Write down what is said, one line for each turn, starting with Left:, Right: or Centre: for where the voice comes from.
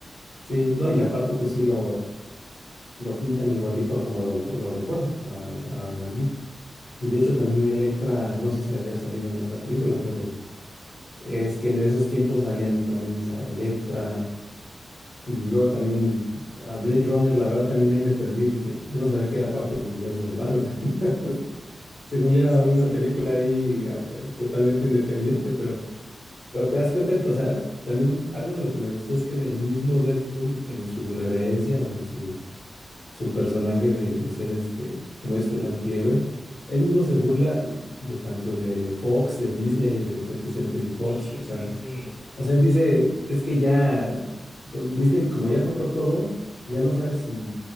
Left: Sí, no, y aparte, pues sí lo, lo pintan igualito a como lo, lo- lo recuerdo, a, a Gambito. Y de hecho, también Electra, no sé si había salido en otra película, pero. Es que en esos tiempos salían también esa Electra y luego también a Blade Runner, la verdad también ahí me perdí, dije, yo no sabía que era parte del universo de Marvel. <laughs> Según
Centre: Sí,
Left: yo era
Centre: sí,
Left: una
Centre: sí,
Left: película ahí a- eh, totalmente independiente, pero, pero te das cuenta que, o sea, también algo de lo que me gustó es que el mismo Deadpool en su irreverencia o en su, su personaje de, de ser este, como esto, el antihéroe, él mismo se burla de tanto de Fox, de Disney, de 20th Century Fox,
Centre: sí,
Left: o sea
Centre: sí, sí,
Left: o sea, él dice, es que ya con Disney, como ya compró todo, ya no sabes si